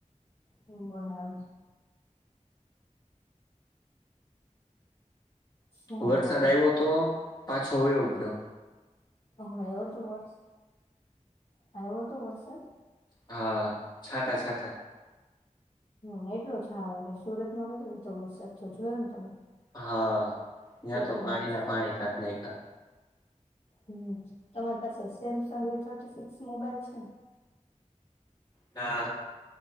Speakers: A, on the left; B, on the left.
A: હમ્મ બોર આવે છે શું
B: વરસાદ
A: આવે
B: આયવો તો પાછો વયો ગ્યો.
A: હોવે એવો તો વર્ષ, આયવો તો વરસાદ
B: હા, છાતા છાતાં
A: હ એટલોજ આવે હે સુરતમાં કેટલો બધો વરસાદ થયો જોયો ન તમે
B: હા, ત્યાં
A: કેટલી
B: તો પાણીનાં
A: નુકસાન
B: પાણી, કાંઇઢ નાયખા
A: હમ્મ, તમારી પાસે સેમસંગ એ થર્ટી-સિક્સ મોબાઈલ છે ન
B: ના.